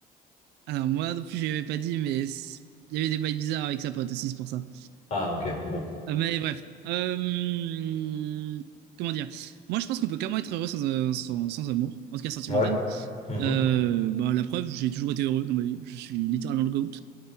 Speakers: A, on the right; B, on the left.
A: <laughs> alors moi non plus, je l'avais pas dit, mais c- il y avait des bails bizarres avec sa pote aussi, c'est pour ça.
B: Ah ok, bon.
A: Euh, mais bref. Euh, comment dire? Moi, je pense qu'on peut carrément être heureux sans, euh, sans, sans amour, en tout cas sentimental.
B: Ouais. Mhm.
A: Euh, bah, la preuve, j'ai toujours été heureux dans ma vie. Je suis littéralement le GOAT.